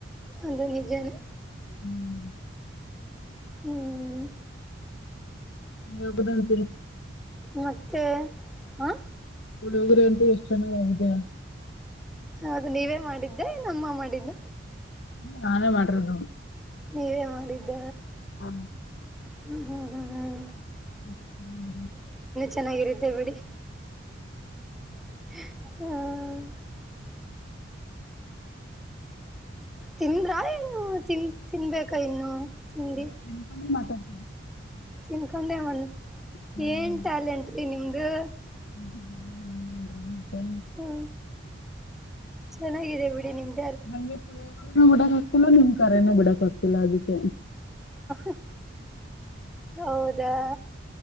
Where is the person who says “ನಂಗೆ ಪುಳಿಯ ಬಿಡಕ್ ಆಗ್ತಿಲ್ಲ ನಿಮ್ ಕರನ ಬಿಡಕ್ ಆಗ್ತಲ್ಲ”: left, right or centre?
Left